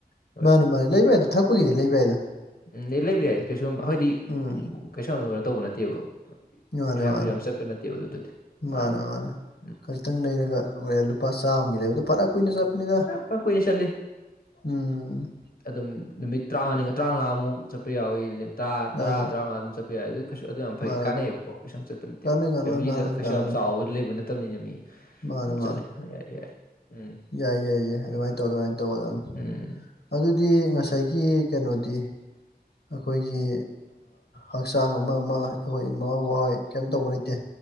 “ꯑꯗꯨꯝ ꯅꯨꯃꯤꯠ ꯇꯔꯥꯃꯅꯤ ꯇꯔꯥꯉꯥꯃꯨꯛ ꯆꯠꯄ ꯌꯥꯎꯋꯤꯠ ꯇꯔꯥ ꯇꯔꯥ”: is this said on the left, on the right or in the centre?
Left